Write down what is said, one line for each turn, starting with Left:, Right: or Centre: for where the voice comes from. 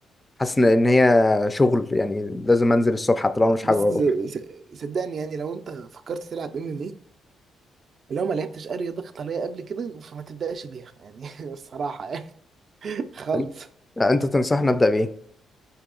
Left: حاسس ان إن هي شغل يعني لازم انزل الصبح حتى لو أنا مش
Right: بس
Left: حابب اروح
Right: س- س- صدقني يعني لو انت فكرت تلعب ام ام اي لو ما لعبتش اي رياضه قتاليه قبل كده فما تبداش بيها يعني <laughs> الصراحه يعني <laughs> خالص
Left: انت أنت تنصحني ابدا بايه